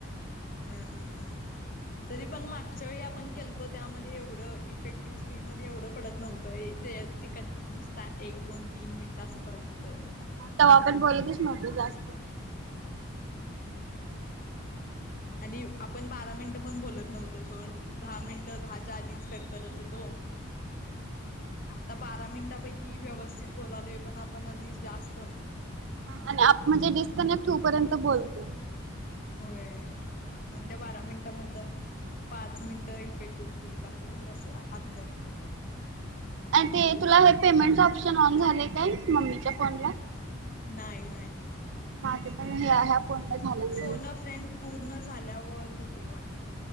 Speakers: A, on the left (about 40°); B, on the right (about 60°).
A: हम हम, तरी पण मागच्या वळी आपण केलतो त्यामध्ये एवढं इफेक्टिव्ह स्पीचमध्ये एवढं पडत नव्हतं ये ते. तिकड नुसता एक दोन तीन मिनिट असं पडत होतं.
B: तव्हा आपण बोलतच नव्हतो जास्त.
A: आणि आपण बारा मिनिटं पण बोलत नव्हतो सोड. दहा मिनिटं दहाच्या आधीच कट करत होतो. आता बारा मिनिटांपैकी व्यवस्थित बोलालोय पण आपण आधी जास्त.
B: आणि आप म्हणजे डिस्कनेक्ट होऊपर्यंत बोलते.
A: होय पण त्या बारा मिनिटामधलं. पाच मिनिटं इफेक्टिव्ह स्पीज दाखवाली असं अर्ध.
B: आणि ते तुला हे पेमेंटच ऑप्शन ऑन झालेय काय मम्मीच्या फोनला.
A: नाही नाही.
B: माझं पण ह ह्या फोन ला झालं. नाही
A: फोन फ्रेंड पूर्ण झाल्यावर होते वाढत.